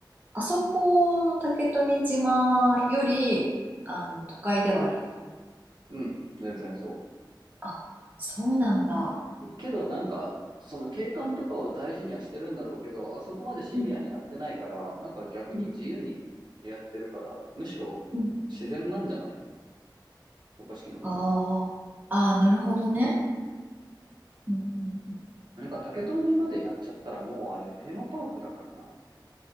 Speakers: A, on the right; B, on the right.
A: あそこの竹富島より、あの、都会ではあるんだ。
B: うん。全然そ
A: あ、そうなんだ。
B: う。けど、なんか、その景観とかを大事にはしてるんだろうけど、あそこまでシビアにやってないから、
A: うん
B: なんか逆に自由にやってるから、
A: うん
B: むしろ自然なんじゃない
A: うん
B: 渡嘉敷の方が。
A: あーあー、なるほどね。うんうんうん
B: なんか竹富までやっちゃったらもうあれテーマパークだからな。